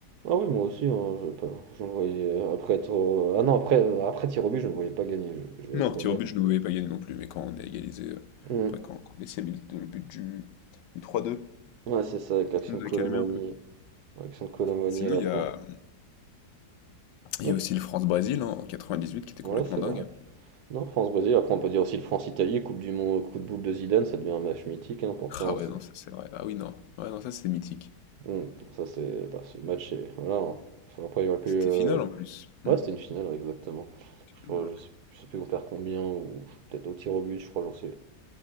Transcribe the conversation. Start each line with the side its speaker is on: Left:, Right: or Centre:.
Right: Ah oui, moi aussi, hein, je pas, je me voyais euh, après être euh, ah non après euh, après tir au but, je ne voyais pas gagner, je, je vais
Left: Non,
Right: être
Left: tir
Right: honnête.
Left: au but, je ne voulais pas gagner non plus, mais quand on a égalisé, euh,
Right: Mm.
Left: après quand, quand Messi a mis le, le but du, du trois deux
Right: Ouais, c'est ça, avec l'action
Left: ça nous
Right: de Colomboigny,
Left: a calmé un peu.
Right: l'action de Colomboigny
Left: Sinon,
Right: à la
Left: il y
Right: fin.
Left: a, il
Right: Ouais,
Left: y a aussi le France-Brésil hein, en 98 qui était
Right: ouais,
Left: complètement
Right: c'est
Left: dingue.
Right: vrai. Non, France-Brésil, après on peut dire aussi le France-Italie, Coupe du Monde, coup de boule de Zidane, ça devient un match mythique hein, pour
Left: Ah
Right: ça. hein,
Left: ouais,
Right: c'est-
Left: non, ça c'est vrai. Ah oui, non. Ouais, non, ça c'est mythique.
Right: Mm. Ça c'est bah, ce match est voilà. hein. Enfin, après il y aurait pu
Left: C'était
Right: euh,
Left: final en plus. Hmm.
Right: ouais, c'était une finale ouais, exactement. Je, crois-
Left: Ouais.
Right: je sais, je sais plus on perd combien ou peut-être au tir au but, je crois, j'en sais